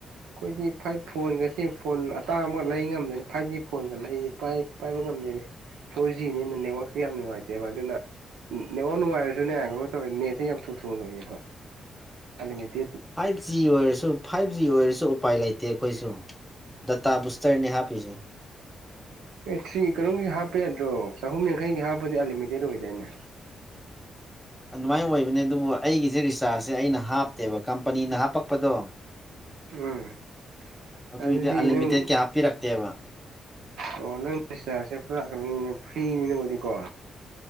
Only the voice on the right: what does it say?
ꯑꯩꯈꯣꯏꯗꯤ ꯐꯥꯏꯚ ꯐꯣꯟꯒꯁꯦ ꯐꯣꯟ ꯑꯇꯥꯡ ꯑꯃꯒ ꯂꯩ ꯉꯝꯗꯣꯏꯅꯤ ꯐꯥꯏꯚ ꯖꯤ ꯐꯣꯟꯒ ꯂꯩ ꯄꯥꯏꯕ ꯉꯝꯗꯣꯏꯅꯤ ꯐꯣꯔ ꯖꯤꯅꯦꯅ ꯅꯦꯠꯋꯥꯛꯁꯦ ꯌꯥꯝ ꯅꯨꯡꯉꯥꯏꯇꯦꯕ ꯑꯗꯨꯅ ꯅꯦꯉ ꯅꯨꯡꯉꯥꯏꯔꯁꯨꯅꯦ ꯀꯩꯅꯣ ꯇꯧꯋꯦ ꯅꯦꯠꯁꯦ ꯌꯥꯝ ꯊꯨ ꯊꯨ ꯂꯣꯏꯌꯦꯦꯕ ꯑꯂꯦꯠꯇ
ꯑꯦ ꯊ ꯀꯩꯅꯣꯝꯒꯤ ꯍꯥꯞꯄ ꯌꯥꯗ꯭ꯔꯣ ꯆꯍꯨꯝ ꯌꯥꯡꯈꯩꯒꯤ ꯍꯥꯞꯄꯗꯤ ꯑꯟꯂꯤꯃꯤꯇꯦꯠ ꯑꯣꯏꯗꯏꯅꯦ
ꯎꯝ
ꯑꯗꯨꯗꯤ
ꯅꯪ
ꯑꯣ ꯅꯪ ꯔꯁꯦ ꯄꯨꯔꯛꯅꯤꯅꯦ ꯐ꯭ꯔꯤꯅꯤꯅꯕꯨꯗꯤꯀꯣ